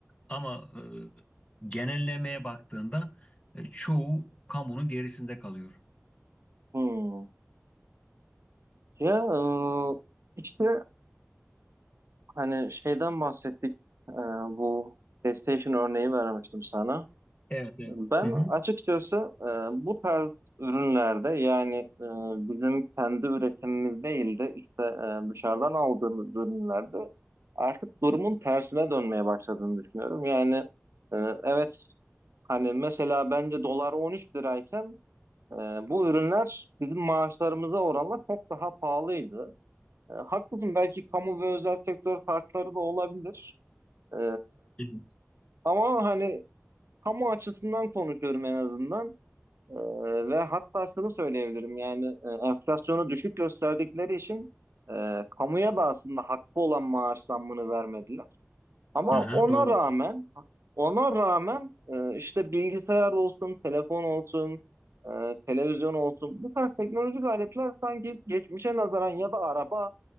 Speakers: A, on the left; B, on the right.
A: Ama e, genellemeye baktığında e, çoğu kamunun gerisinde kalıyor.
B: Hı. Ya e, işte hani şeyden bahsettik. E, bu PlayStation örneği vermiştim sana.
A: Evet, evet.
B: Ben
A: Hı hı.
B: açıkçası e, bu tarz ürünlerde yani e, bizim kendi üretimimiz değil de işte e, dışarıdan aldığımız ürünlerde artık durumun tersine dönmeye başladığını düşünüyorum. Yani e, evet hani mesela bence dolar 13 lirayken e, bu ürünler bizim maaşlarımıza oranla çok daha pahalıydı. E, haklısın belki kamu ve özel sektör farkları da olabilir. E,
A: Evet.
B: ama hani kamu açısından konuşuyorum en azından. Ee, ve hatta şunu söyleyebilirim yani e, enflasyonu düşük gösterdikleri için e, kamuya da aslında hakkı olan maaş zammını vermediler. Ama
A: Hı hı,
B: ona
A: doğru.
B: rağmen ona rağmen e, işte bilgisayar olsun, telefon olsun, e, televizyon olsun bu tarz teknolojik aletler sanki geçmişe nazaran ya da araba